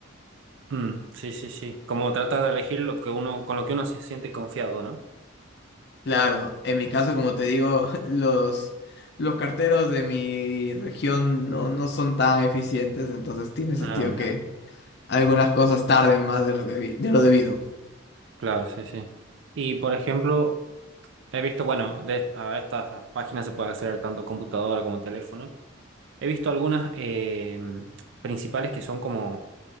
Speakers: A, on the right; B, on the left.
A: Mm, sí, sí, sí. Como trata de elegir lo que uno, con lo que uno se siente confiado, ¿no?
B: Claro, en mi caso, como te digo, <laughs> los, los carteros de mi región no, no son tan eficientes, entonces tiene sentido
A: Ah, mira.
B: que algunas cosas tarden más de lo, debi- de lo debido.
A: Claro, sí, sí. Y por ejemplo, he visto, bueno, de, a estas páginas se puede acceder tanto computadora como teléfono. He visto algunas eh, principales que son como,